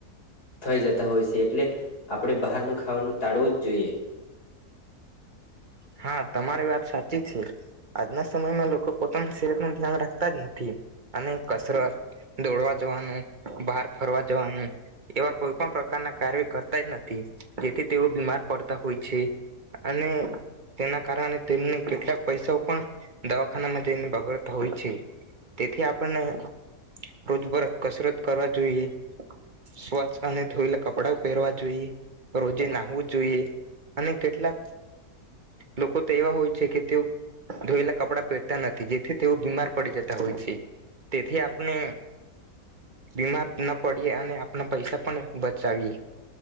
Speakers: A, on the left (about 75°); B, on the right (about 35°).
A: થઈ જતા હોય સે એટલે આપણે બહારનું ખાવાનું ટાળવું જ જોઈએ.
B: હા તમારી વાત સાચી છે. આજના સમયમાં લોકો પોતાની સેહત નું ધ્યાન રાખતા જ નથી અને કસરત દોડવા જવાનું બહાર ફરવા જવાનું એવા કોઈ પણ પ્રકારના કાર્ય કર <unintelligible> નથી જેથી તેઓ બીમાર પડતા હોય છે અને તેના કારણે તેમને કેટલાક પૈસાઓ પણ દવાખાનામાં જઈને બગાડતા હોય છે. તેથી આપણને રોજબરોજ કસરત કરવા જોઈએ સ્વચ્છ અને ધોયેલા કપડા પહેરવા જોઈએ રોજે નાહવું જોઈએ અને કેટલાક લોકો તો એવા હોય છે કે તેઓ ધોઈલા કપડા પેરતા નથી જેથી તેઓ બીમાર પડી જતા હોય છે. તેથી આપને બીમાર ન પડીએ અને આપણા પૈસા પણ બચાવીએ